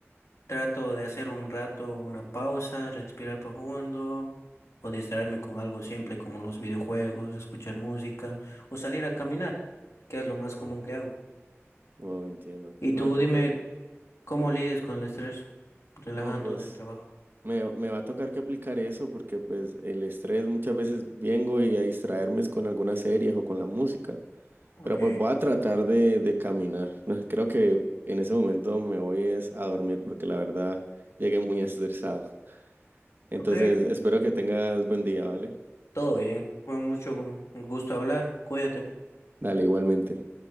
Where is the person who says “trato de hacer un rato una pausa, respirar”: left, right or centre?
Left